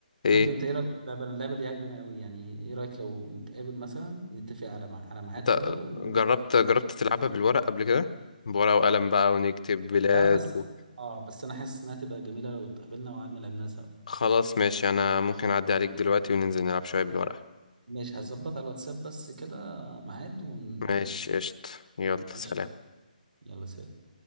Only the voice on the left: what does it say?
ايه
انت
جربت جربت تلعبها بالورق قبل كده بورقة وقلم بقى ونكتب بلاد
و...
خلاص ماشي انا ممكن اعدي عليك دلوقتي وننزل نلعب شوية بالورقة
ماشي قشط يلا
سلام